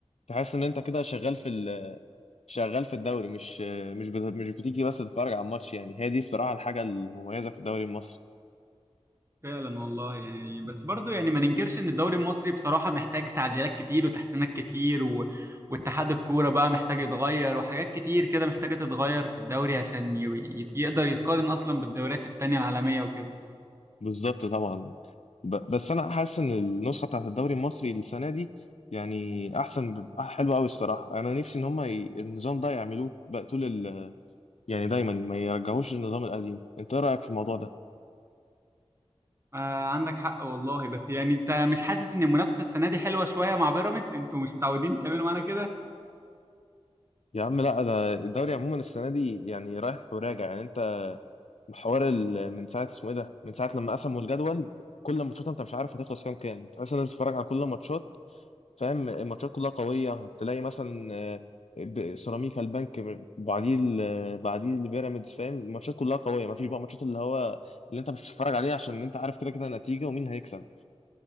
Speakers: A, on the left (about 80°); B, on the right (about 25°).
A: تحس ان انت كده شغال في ال- شغال في الدوري مش آه، مش بت- مش بتيجي بس تتفرج على الماتش يعني هي دي الصراحة الحاجة المميزة في الدوري المصري
B: فعلا والله يعني بس برضو يعني ما ننكرش ان الدوري المصري بصراحة محتاج تعديلات كتير وتحسينات كتير و... واتحاد الكورة بقى محتاج يتغير وحاجات كتير كده محتاجة تتغير في الدوري عشان ي... ي- يقدر يتقارن اصلا بالدوريات التانية العالمية وكده
A: بالظبط طبعا ب- بس انا حاسس ان النسخه بتاعت الدوري المصري السنه دي يعني احسن ب- حلوه قوي الصراحه انا نفسي ان هم ي... النظام ده يعملوه بقى طول ال... يعني دايما ما يرجعوش للنظام القديم انت ايه رايك في الموضوع ده
B: آه عندك حق والله بس يعني انت مش حاسس ان المنافسة السنة دي حلوة شوية مع بيراميدز انتوا مش متعودين تعملوا معانا كده
A: يا عم لا انا الدوري عموما السنه دي يعني رايح وراجع يعني انت حوار ال... من ساعه اسمه ايه ده من ساعه لما قسموا الجدول كل ماتشات انت مش عارف هتخلص كام كام تحس ان انت بتتفرج على كل الماتشات فاهم الماتشات كلها قوية تلاقي مثلا آه، ب- سيراميكا البنك بعديه ال- بعديه البيراميدز فاهم الماتشات كلها قوية مفيش بقى ماتشات اللي هو اللي انت مش بتتفرج عليه عشان انت عارف كده كده النتيجة ومين هيكسب